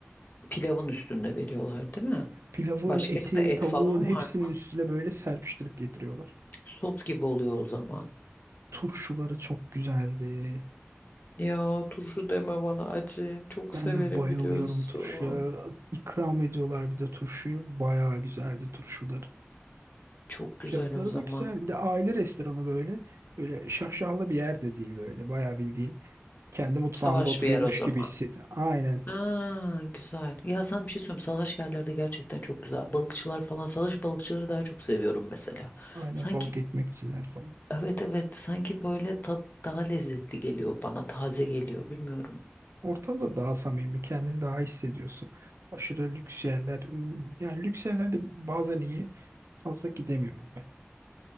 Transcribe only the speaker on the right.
Pilavın,
etin,
tavuğun
hepsinin
üstüne böyle serpiştirip getiriyorlar.
Turşuları çok güzeldi.
Ben
de bayılıyorum
turşuya. İkram ediyorlar bir de turşuyu. Bayağı güzeldi turşuları.
Fiyatları
da güzel. Bir de aile restoranı böyle. Böyle şaşalı bir yer de değil böyle. Bayağı bildiğin. Kendi mutfağında
oturuyormuş
gibi hissediyor. Aynen.
Aynen
balık ekmekçiler falan.
Ortamda daha samimi, kendini daha hissediyorsun. Aşırı lüks yerler. hmm, Yani lüks yerlerde bazen iyi. Fazla gidemiyorum ben.